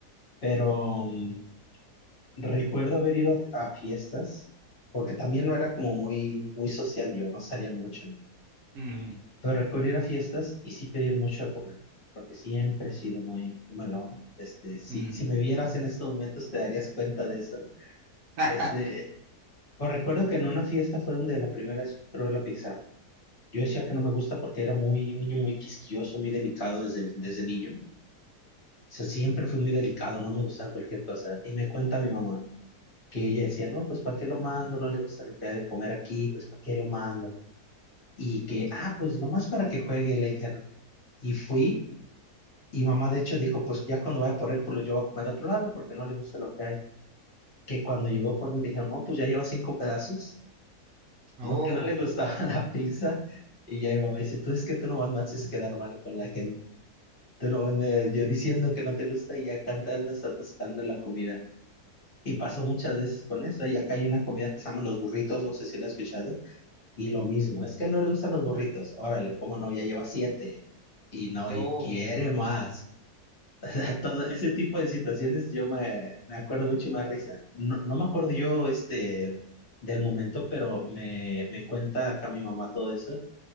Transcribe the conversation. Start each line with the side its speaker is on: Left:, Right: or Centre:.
Left: pero mm, recuerdo haber ido a, a fiestas porque también no era como muy, muy social yo, no salía mucho,
Right: Ujú,
Left: pero recuerdo ir a fiestas y sí pedir mucho a comer. Porque siempre he sido muy melón. Este, si,
Right: ujú.
Left: si me vieras en estos momentos, te darías cuenta de eso.
Right: <laughs>
Left: Este, pues recuerdo que en una fiesta fue donde la primera vez probé la pizza. Yo decía que no me gusta porque era muy, un niño muy quisquilloso, muy delicado desde, desde niño. O sea, siempre fui muy delicado, no me gustaba cualquier cosa. Y me cuenta mi mamá que ella decía, no, pues ¿para qué lo mando? No le gusta lo que hay de comer aquí, pues ¿para qué lo mando? Y que, ah, pues nomás para que juegue, le dijeron. Y fui, y mamá de hecho dijo, pues ya cuando vaya por él, pues lo llevo a comer a otro lado porque no le gusta lo que hay. Que cuando llegó por mí, le dijeron, no, pues ya lleva cinco pedazos.
Right: Oh,
Left: No, que no le gustaba <laughs> la pizza. Y ya mi mamá dice, tú es que tú nomás me haces quedar mal con la gente. Tú no, me- yo diciendo que no te gusta y acá te andas atascando la comida. Y pasó muchas veces con eso. Y acá hay una comida que se llaman los burritos, no sé si la has escuchado. Y lo mismo, es que él no le gustan los burritos. Órale, cómo no, ya lleva siete. Y no,
Right: oh,
Left: y quiere más. <laughs> O sea, todo ese tipo de situaciones yo me, me acuerdo mucho y me da risa. No, no me acuerdo yo este del momento, pero me, me cuenta acá mi mamá todo eso.